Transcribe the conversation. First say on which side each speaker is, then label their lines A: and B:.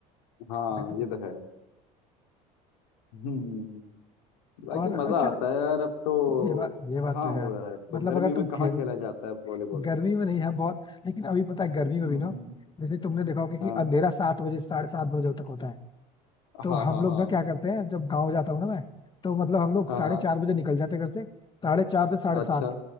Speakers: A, on the left; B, on the left.
A: हाँ
B: मैं तो
A: ये तो है हम्म बाकी
B: और
A: मजा
B: अच्छा
A: आता है यार अब तो
B: ये बात ये बात
A: कहाँ
B: तो है
A: हो
B: यार
A: रहा है अब तो
B: मतलब
A: गर्मियों
B: अगर तुम
A: में कहाँ
B: खेल
A: खेला जाता है वॉलीबॉल
B: गर्मी में नहीं है बहुत लेकिन अभी पता है गर्मी में
A: हम्म
B: भी ना जैसे तुमने देखा होगा कि
A: हाँ
B: अंधेरा सात बजे साढ़े सात बजे तक होता है तो
A: हाँ
B: हम
A: हाँ
B: लोग
A: हाँ
B: ना क्या करते हैं जब गाँव जाता हूँ ना मैं तो मतलब हम लोग
A: हाँ
B: साढ़े
A: हाँ
B: चार बजे निकल जाते हैं घर से साढ़े चार से साढ़े
A: अच्छा
B: सात